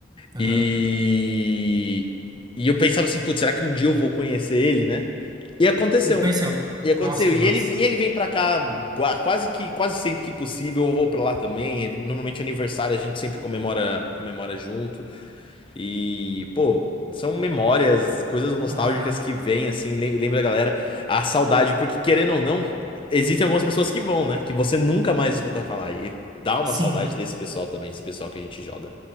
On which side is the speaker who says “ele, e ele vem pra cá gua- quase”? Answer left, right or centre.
Left